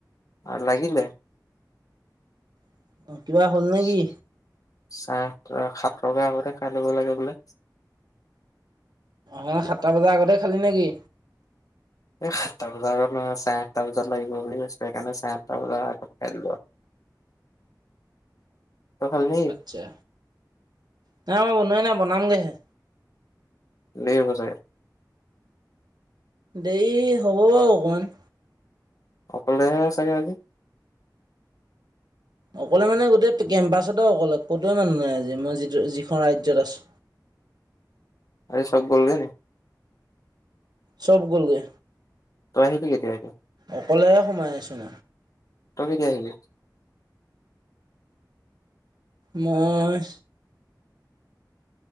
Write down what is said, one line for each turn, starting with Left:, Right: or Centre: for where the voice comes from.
Left: আ লাগিলে।
Right: <unintelligible> নেকি
Left: চাৰে সাতটা সাত লগাৰ আগতে খাই লব লাগে বোলে‌?
Right: হয় সাতটা বজাৰ আগতে খালি নেকি?
Left: এই সাতটা বজাৰ আগত নহয় চাৰে আঠটা বজাত লাগিব বুলি কৈছো সেইকাৰণে চাৰে আঠটা বজাৰ আগত খাই‌ দিলো‌ আৰু। তই খালি নেকি
Right: আচ্ছা। নাই মই বনোৱাই নাই বনামগেহে।
Left: দেৰি হব চাগে?
Right: দেৰি হ'ব বাৰু অকমান।
Left: অকলেহে চাগে আজি?
Right: অকলে মানে গোটেই কেম্পাছতে অকলে ক'তোৱে মানুহ নাই আজি মই যিটো যিখন ৰাজ্যত আছো।
Left: আৰে চব গলগে নি?
Right: চব গলগে।
Left: তই আহিবি কেতিয়া এতিয়া?
Right: অকলে সোমাই আছো ন।
Left: তই কেতিয়া আহিবি?
Right: মই